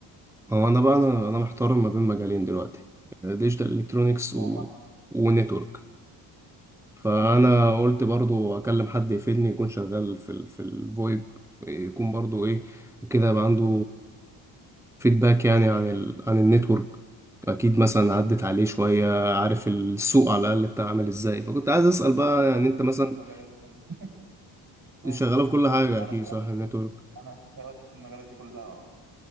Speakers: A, in the centre; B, on the right (about 40°).
A: هو أنا بقى أنا أنا محتار ما بين مجالين دلوقتي ديجيتال إلكترونيكس و...
B: هما
A: ونتورك فأنا
B: امم
A: قلت برضو أكلم حد يفيدني يكون شغال في ال... في الفويب يكون برضو إيه كده يبقى عنده فيدباك يعني عن ال... عن النتورك أكيد مثلا عدت عليه شوية عارف السوق على الأقل بتاع عامل إزاي فكنت عايز أسأل بقى
B: اشتغلت
A: يعني أنت
B: في
A: مثلا
B: كل المجالات يا حبيبي امم
A: شغاله في كل حاجه
B: انا
A: اكيد
B: اشتغلت
A: صح النتورك
B: انا اشتغلت في المجالات دي كلها اه